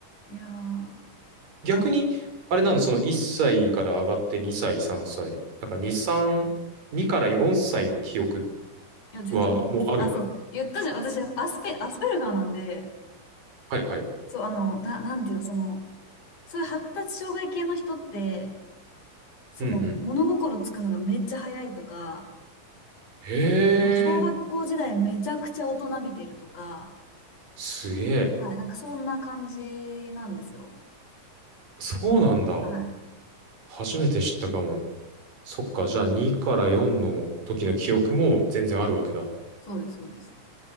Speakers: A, on the left (about 70°); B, on the right (about 85°).
A: いやー、
B: 逆に、
A: まあ、
B: あれなの、その1歳から上がって2歳、3歳。だから2、3、2から4歳の記憶
A: いや、全然あります。
B: はもうあるの
A: あ、そう、言ったじゃん。私、アスペ、アスペルガーなんで、
B: はいはい。
A: そう、あの、な、なんていうの、その、そういう発達障害系の人って、その、
B: うんうん。
A: 物心つくのがめっちゃ早いとか、
B: へえ
A: 小学校時代めちゃくちゃ大人びてるとか、
B: すげえ。
A: はい、なんかそんな感じなんですよ。
B: そうなんだ。
A: はい。
B: 初めて知ったかも。そっか、じゃあ2から4の時の記憶も全然あるわけだ。
A: そうです、そうです。